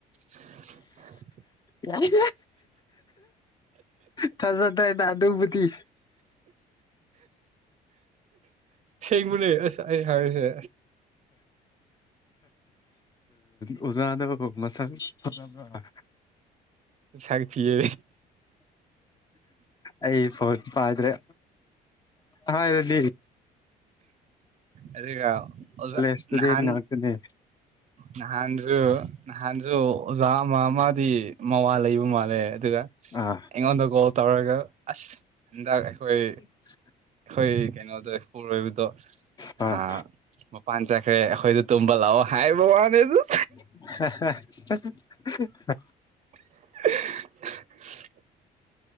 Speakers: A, on the right; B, on the left.
A: <unintelligible>
B: ꯌꯥꯏ ꯐꯖꯗꯅ ꯑꯗꯨꯕꯨꯗꯤ
A: ꯁꯦꯡꯕꯨ ꯑꯁ ꯑꯩ ꯍꯥꯏꯔꯁꯦ
B: ꯑꯣꯖꯥꯗꯣ ꯃꯁꯛ ꯐꯖꯕꯔ
A: ꯁꯊꯤꯌꯦ
B: ꯑꯩ ꯐꯣꯟ ꯄꯥꯏꯗ꯭ꯔꯦ ꯍꯥꯏꯕꯗꯤ
A: ꯑꯗꯨꯒ ꯑꯣꯖꯥ
B: ꯀꯣꯂꯦꯖ ꯏꯁꯇꯨꯗꯦꯟ
A: ꯅꯍꯥꯟ
B: ꯉꯥꯛꯇꯅꯦ
A: ꯅꯍꯥꯟꯁꯨ ꯅꯍꯥꯟꯁꯨ ꯑꯣꯖꯥ ꯑꯃꯥ ꯃꯥꯗꯤ ꯃꯋꯥ ꯂꯩꯕ ꯃꯥꯜꯂꯦ ꯑꯗꯨꯒ
B: ꯑꯥ
A: ꯑꯩꯉꯣꯟꯗ ꯀꯣꯜ ꯇꯧꯔꯒ ꯑꯁ ꯍꯟꯗꯛ ꯑꯩꯈꯣꯏ
B: <unintelligible>
A: ꯍꯣꯏ ꯀꯩꯅꯣꯗꯣ ꯏꯄꯨꯔꯣꯏꯕꯗꯣ
B: ꯍꯣꯏ
A: ꯑ ꯃꯄꯥꯟ ꯆꯠꯈ꯭ꯔꯦ ꯑꯩꯈꯣꯏꯗ ꯇꯨꯝꯕ ꯂꯥꯛꯑꯣ ꯍꯥꯏꯕ ꯋꯥꯅꯦꯗ
B: <unintelligible>
A: <unintelligible>